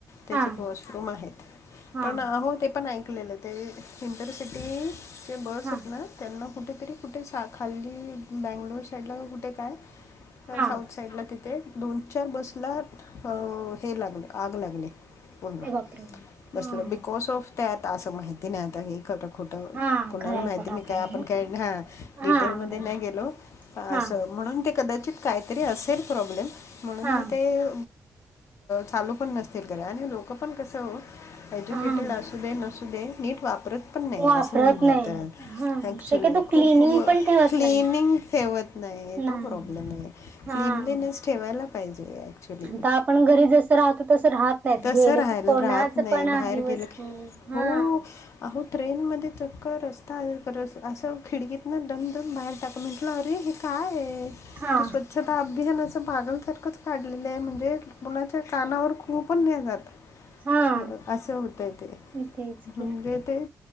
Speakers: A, on the left (about 60°); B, on the right (about 30°).
A: त्याच्यात
B: हां
A: वॉशरूम आहेत
B: हां
A: पण आहो ते पण ऐकलेलं ते इंटरसिटी जे बस
B: हां
A: आहेत ना त्यांना कुठेतरी कुठे सा खाल्ली बंगलोर साईड लाुठ ते काय तर
B: हां
A: साऊथ. साईड ला तिथे दोन चार बसला अ हे लागले आग लागले. पूर्ण
B: अरे बापरे
A: बसलं
B: हां
A: बिकॉज ऑफ त्यात असं माहिती नाही आता हे खरं खोटं.
B: हां
A: कणाला
B: घरायला
A: माहिती
B: टाकलं
A: नाही का आपण
B: ना
A: काय हा डिटेल
B: हां
A: मध्ये
B: बरोबर
A: नाही गेलो.
B: हां
A: म्हणून ते कदाचित काहीतरी असेल प्रॉब्लेम म्हणून
B: हां
A: मग ते चालू पण नसतील घरा आणि लोक पण कसं हो. एज्युकेटेड
B: हां
A: असू दे नसू दे नीट वापरत. पण नाही
B: वापरत
A: असं होऊन जातं
B: नाही हां
A: ॲक्च्युली
B: शक्यतो
A: खूप
B: क्लिनिंग पण ठेवत
A: क्लनिंग
B: नाही
A: ठेवत. तो
B: नाही
A: प्रॉब्लेम आहे
B: हां
A: क्लनलीनेस ठेवायला पाहिजे. ॲक्च्युली
B: आता आपण घरी जसं राहतो तसं राहत नाहीत
A: तसं
B: गेले
A: राहायला
B: की कोणाच
A: राहत नाही
B: पण
A: बाहेर
B: आहे
A: गेलं
B: वस्तू
A: की
B: हम्म.
A: हो अहो ट्रेनमध्ये चक्क रस्ता असं खिडकीतनं दडम दन बाहेर टाका म्हटलं अरे. काय
B: हा
A: तू स्वच्छ आदा अभिहण असं बागलसारखंच काढलेलं आहे म्हणजे कुणाचा कानावर खूपण न्या जातं <inaudible>
B: हा
A: असं होतय ते
B: तेच
A: म्हणजे
B: की
A: ते